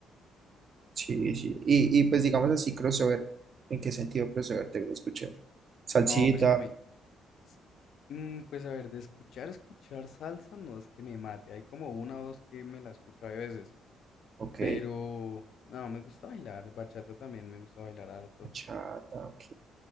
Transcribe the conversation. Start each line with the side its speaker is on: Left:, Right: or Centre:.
Right: Sí, sí. Y, y pues digamos así, crossover. ¿En qué sentido crossover te gusta escuchar? Salsita,
Left: No, pues que a mí... s- mm, pues a ver, de escuchar, escuchar salsa no es que me mate. Hay como una o dos que me la escucho a veces.
Right: ok.
Left: Pero... No, me gusta bailar. Bachata también me gusta bailar harto.
Right: Bachata, ok.